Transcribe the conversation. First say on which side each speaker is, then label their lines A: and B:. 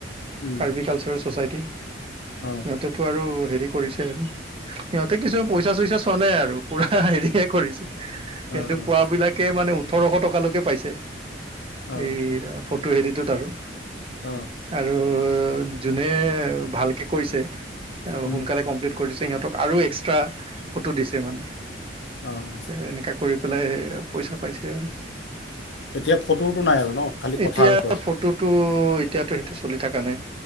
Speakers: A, on the left; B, on the right.
A: উম,
B: কাৰ্বিকালচাৰ আছে ছচাইটি সিহঁতেতো
A: অঁ
B: আৰু হেৰি কৰিছে আৰু সিহঁতে কিছু পইচা চইচা চোৱা নাই আৰু পুৰা পুৰা হেৰিকে কৰিছ কিন্তু
A: অঁ অঁ
B: পুৱাবিলাকে মানে ওঠৰশ টকালৈকে পাইছে
A: অঁ
B: এই ফটো হেৰিটোত আৰু
A: অ
B: আৰু যোনে ভালকে কৈছে অ
A: উম
B: সোনকালে কমপ্লিট কৰি দিছে সিহঁতক আৰু এক্স একটা ফটো দিছে মানে
A: অ অ
B: তাই এনেকা কৰিব পেলাই পইচা পাইছে আৰু
A: এতিয়া ফটোটো নাই আৰু ন খালি
B: এতিয়া
A: কথাৰ ওপৰত
B: ফটোটো এতিয়াতো সেইটো চলি থাকা নাই